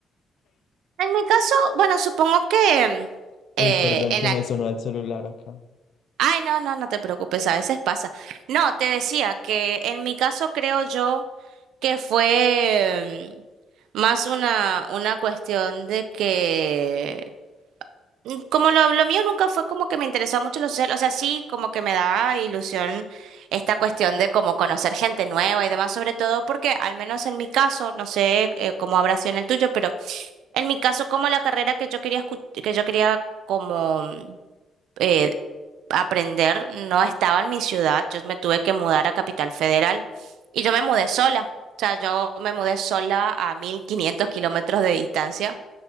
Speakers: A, on the right; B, on the left.
A: En mi caso, bueno, supongo que mm, eh,
B: Uy, perdón
A: en
B: que me sonó el celular acá.
A: Ay, no, no, no te preocupes, a veces pasa. No, te decía que en mi caso creo yo que fue mm, más una, una cuestión de que, mm, como lo, lo mío nunca fue como que me interesaba mucho lo social, o sea, sí, como que me daba ilusión esta cuestión de como conocer gente nueva y demás, sobre todo porque al menos en mi caso, no sé eh, cómo habrá sido en el tuyo, pero en mi caso como la carrera que yo quería escu- que yo quería como mm, eh, aprender no estaba en mi ciudad, yo me tuve que mudar a Capital Federal y yo me mudé sola, o sea, yo me mudé sola a 1500 kilómetros de distancia